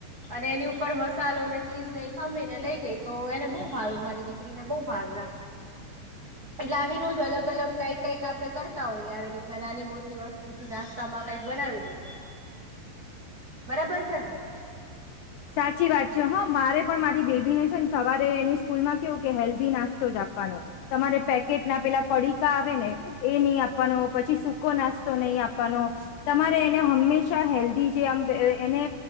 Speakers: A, on the right (about 60°); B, on the left (about 80°).
A: અને એની ઉપર મસાલો ને ચીઝ ને ઈ ખમણી ને લઈ ગઈ તો એને બહુ ભાવ્યો મારી દીકરીને બહુ ભાવ્યું એમ એટલે આવી રોજ અલગ અલગ કઈક કઈક આપણે કરતા હોઈએ આવી રીતના નાની મોટી વસ્તુ પછી નાસ્તામાં કઈક બનાવી દઈ બરાબર છે ને
B: સાચી વાત છે હો મારે પણ મારી બેબી ને છે ને સવારે એની સ્કૂલ માં કેવું કે હેલ્ધી નાસ્તો જ આપવાનો તમારે પેકેટ ના પેલા પડીકા આવે ને એ નહી આપવાનો પછી સૂકો નાસ્તો નહી આપવાનો તમારે એને હંમેશા હેલ્ધી જે આમ એને